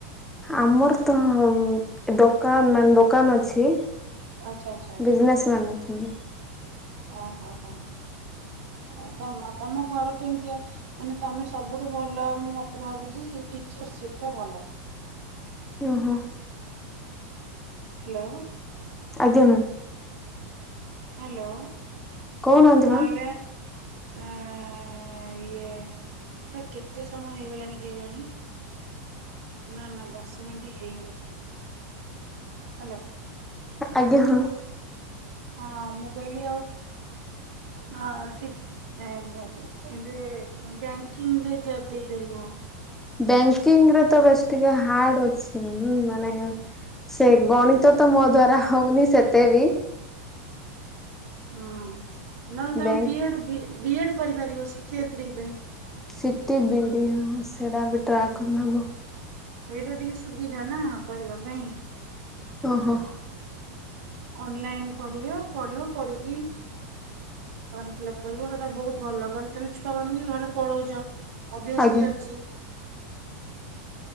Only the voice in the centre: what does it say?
ଆମର ତ ଦୋକାନ ମାନ
ଦୋକାନ ଅଛି
ବିଜନେସେମ୍ୟନ୍ ଅଛନ୍ତି।
ଓ ହୋ
ଆଜ୍ଞା ମ୍ୟାମ୍।
କହୁ ନାହାନ୍ତି
ମ୍ୟାମ୍?
ଆଜ୍ଞା ହଁ
ବ୍ୟାଙ୍କିଙ୍ଗ ରେ ତ ବେଶ ଟିକେ ହାର୍ଡ ଅଛି ମାନେ ସେ
ଗଣିତ ତ ମୋ ଦ୍ଵାରା ହଉନି ସେତେ ବି
ବ୍ୟାଙ୍କ
ସିଟି ବିଡ଼ି ହଁ। ସେଇଟାବେ ଟ୍ରାକ୍
କଲେ ହବ।
ଓ ହୋ।
ଆଜ୍ଞା